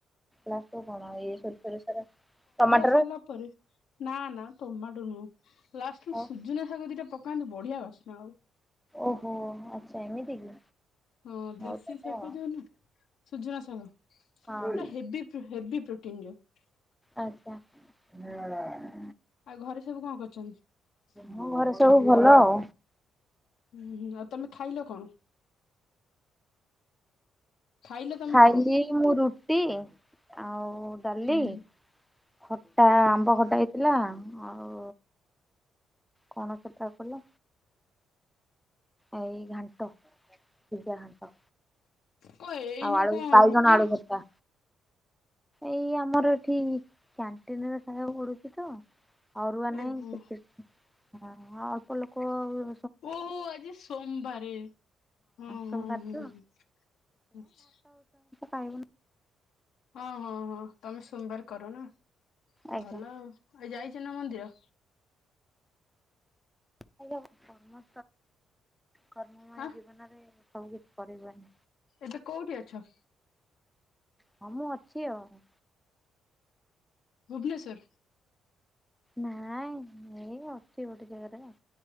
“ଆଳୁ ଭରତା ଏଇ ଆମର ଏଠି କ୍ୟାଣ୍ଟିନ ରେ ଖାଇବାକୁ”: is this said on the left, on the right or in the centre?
Centre